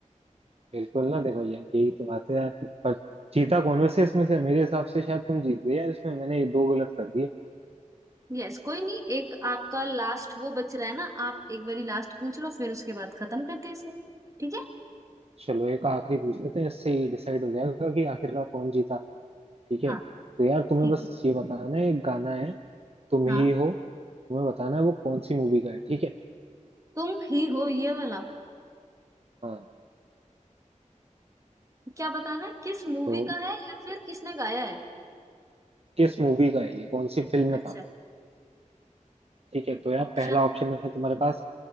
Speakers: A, on the right; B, on the right.
A: बिल्कुल ना देखो यार यही तो बात है यार पर जीता कौन वैसे इसमें से मेरे हिसाब से शायद तुम जीत गए यार इसमें मैंने ये दो गलत कर दिए
B: यस कोई नहीं एक आपका लास्ट वो बच रहा है ना आप एक बारी लास्ट पूछ लो फिर उसके बाद खत्म करते हैं इसे ठीक है
A: चलो एक आखिरी पूछ लेते हैं इससे ही डिसाइड हो जाएगा कि आखिरकार कौन जीता ठीक है
B: हाँ
A: तो यार तुम्हें
B: ठीक
A: बस
B: है
A: ये बताना है एक गाना है तुम
B: हाँ
A: ही हो तुम्हें बताना है वो कौन सी मूवी का है ठीक है
B: तुम ही हो ये वाला
A: हाँ
B: क्या बताना है किस मूवी
A: तो
B: का है या फिर किसने गाया है
A: किस मूवी का है ये कौन सी फिल्म में
B: अच्छा
A: था ठीक है तो यार
B: ऑप्शन
A: पहला ऑप्शन
B: दो
A: है तुम्हारे पास